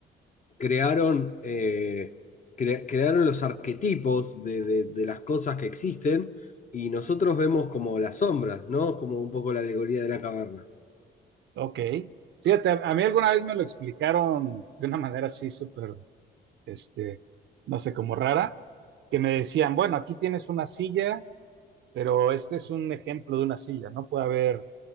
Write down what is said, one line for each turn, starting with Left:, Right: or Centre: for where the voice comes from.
Left: crearon, eh, cre- crearon los arquetipos de, de- de las cosas que existen y nosotros vemos como las sombras, ¿no? Como un poco la alegoría de la caverna.
Right: Ok. Fíjate, a a mí alguna vez me lo explicaron de una manera así súper, este, no sé, como rara, que me decían, bueno, aquí tienes una silla, pero este es un ejemplo de una silla, no puede haber